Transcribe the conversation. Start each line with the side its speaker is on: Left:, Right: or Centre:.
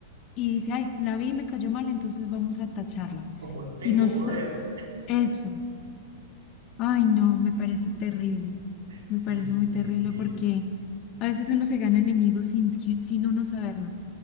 Left: y dice, ay, la vi y me cayó mal, entonces vamos a tacharla.
Right: Como tengo
Left: Y nos,
Right: poder,
Left: eso, ay, no, me parece terrible, me
Right: sí,
Left: parece
Right: sí,
Left: muy terrible
Right: sí, sí,
Left: porque a veces uno se gana enemigos sin, que- sin uno saberlo.